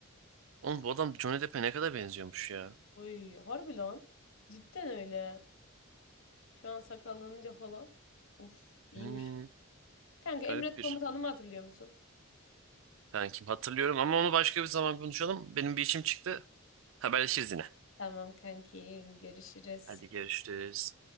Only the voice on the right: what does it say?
Oğlum bu adam Johnny Depp'e ne kadar benziyormuş ya.
Hmm,
garip
bir.
Ben kim hatırlıyorum ama onu başka bir zaman konuşalım. Benim bir işim çıktı. Haberleşiriz yine.
Hadi görüşürüz.